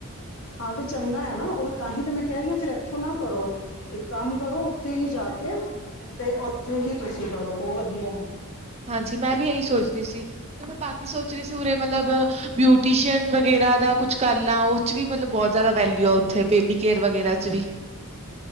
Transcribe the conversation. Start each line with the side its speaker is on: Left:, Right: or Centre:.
Left: ਹਾਂ, ਤੇ ਚੰਗਾ ਹੈ ਨਾ ਉਹ ਤਾਂਹੀ ਤੇ ਮੈਂ ਕਹਿ ਰਹੀ ਹਾਂ ਫਿਰ ਇੱਥੋਂ ਨਾ ਕਰੋ ਇਕ ਕਮ ਕਰੋ ਦਿੱਲੀ ਜਾ ਕੇ ਤੇ ਉੱਥੇ ਹੀ ਤੁਸੀਂ ਕਰੋ ਉਹ ਵਧੀਆ ਹੈ।
Right: ਹਾਂਜੀ, ਮੈਂ ਵੀ ਇਹੀ ਸੋ ਦੀਸੀ ਤੇ ਮੈਂ ਬਾਕੀ ਸੋਚ ਰਹੀ ਸੀ ਉਰੇ ਮਤਲਬ ਬਿਊਟੀਸ਼ੀਅਨ ਵਗ ਜਿਆਦਾ ਕੁਛ ਕਰ ਲਾ ਉਹ ਚ ਵੀ ਮਤਲਬ ਬਹੁਤ ਜਿਆਦਾ ਵੈਲਯੁ ਉਥੇ ਬੇਬੀ ਕੇਯਰ ਵਗੈਰਾ ਚ ਵੀ <inaudible>